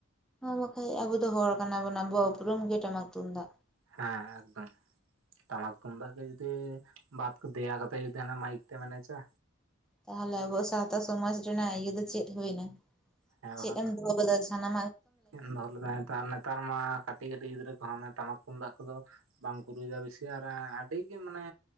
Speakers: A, in the centre; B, on the right.
A: ᱦᱚᱭ ᱵᱟᱠᱷᱟ ᱟᱵᱚ ᱫᱚ ᱦᱚᱲ ᱠᱟᱱᱟᱵᱚᱱ ᱟᱵᱚᱣᱟᱜ ᱩᱯᱩᱨᱩᱢ ᱜᱮ ᱴᱟᱢᱟᱠ ᱛᱩᱢᱫᱟᱜ ᱾
B: ᱦᱮᱸ ᱮᱠᱫᱚᱢ ᱾ ᱴᱟᱢᱟᱠ ᱛᱩᱢᱫᱟᱜ ᱜᱮ ᱡᱩᱫᱤ ᱵᱟᱫ ᱠᱚ ᱫᱮᱭᱟ ᱠᱟᱛᱮ ᱡᱩᱫᱤ ᱦᱟᱱᱟ ᱢᱟᱭᱤᱠ ᱛᱮᱢ ᱮᱱᱮᱪᱟ
A: ᱛᱟᱦᱚᱞᱮ ᱟᱵᱚᱣᱟᱜ ᱥᱟᱶᱛᱟ ᱥᱚᱢᱟᱡ ᱨᱮᱱᱟᱜ ᱤᱭᱟᱹ ᱫᱚ ᱪᱮᱫ ᱦᱩᱭ ᱮᱱᱟ
B: ᱦᱮᱸ
A: ᱪᱮᱫ
B: ᱵᱟᱠᱷᱟᱱ
A: ᱮᱢ
B: ᱫᱚ
A: ᱫᱚᱦᱚ ᱠᱟᱫᱟ ᱥᱟᱱᱟᱢ
B: <unintelligible> ᱱᱮᱛᱟᱨ ᱢᱟ ᱠᱟᱹᱴᱤᱡ ᱠᱟᱹᱴᱤᱡ ᱜᱤᱫᱽᱨᱟᱹ ᱠᱚᱦᱚᱸ ᱴᱟᱢᱟᱠ ᱛᱩᱢᱫᱟᱜ ᱠᱚᱫᱚ ᱵᱟᱝᱠᱚ ᱨᱩᱭ ᱫᱟ ᱵᱮᱥᱤ ᱟᱨ ᱟᱼᱟᱼᱟᱹᱰᱤᱜᱮ ᱢᱟᱱᱮ᱾